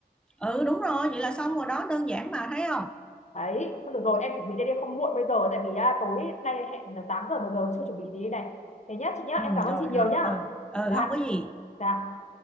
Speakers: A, in the centre; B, on the left.
A: ừ đúng rồi vậy là xong rồi đó đơn giản mà thấy không
B: đấy thôi được rồi em chuẩn bị đây đi không muộn bây giờ tại vì à, tối nay hẹn là tám giờ bây giờ chưa chuẩn bị gì đây này thế nhá chị nhá
A: ừ
B: em cảm ơn
A: rồi
B: chị nhiều
A: rồi
B: nhá
A: ừ ừ
B: dạ
A: không có gì
B: dạ